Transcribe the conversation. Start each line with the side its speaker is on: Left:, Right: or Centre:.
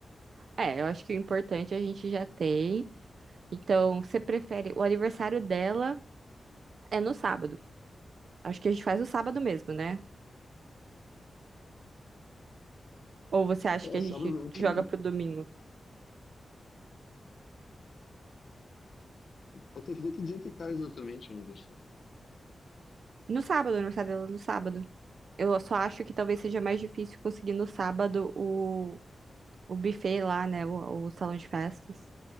Right: É, eu acho que o importante é a gente já tem. Então, você prefere. O aniversário dela é no sábado. Acho que a gente faz no sábado mesmo, né? Ou você acha
Left: É,
Right: que a
Left: sábado
Right: gente
Left: eu te...
Right: joga pro domingo?
Left: Eu tenho que ver que dia que cai exatamente o aniversário.
Right: No sábado, o aniversário dela é no sábado. Eu só acho que talvez seja mais difícil conseguir no sábado o, o buffet lá, né? O, o salão de festas.